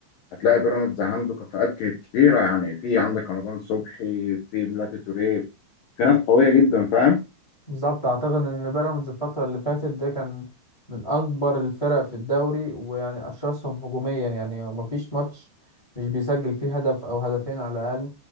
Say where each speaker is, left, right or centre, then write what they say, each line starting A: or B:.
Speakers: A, on the left (about 85°); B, on the left (about 25°).
A: هتلاقي بيراميدز عنده كفاءات ك- كتيره يعني في عندك رمضان صبحي في بلاتي توريه في ناس قويه جدا فاهم
B: بالظبط اعتقد ان بيراميدز الفتره اللي فاتت ده كان من اكبر الفرق في الدوري ويعني اشرسهم هجوميا يعني مفيش ماتش مش بيسجل فيه هدف او هدفين على الاقل